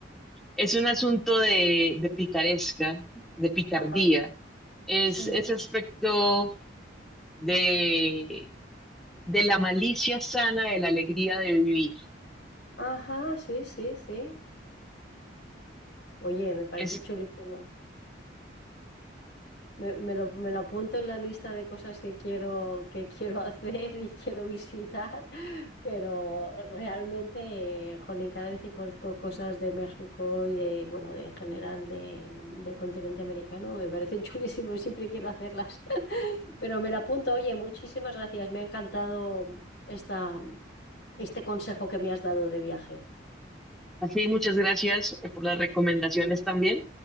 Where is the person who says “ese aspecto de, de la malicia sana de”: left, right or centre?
Centre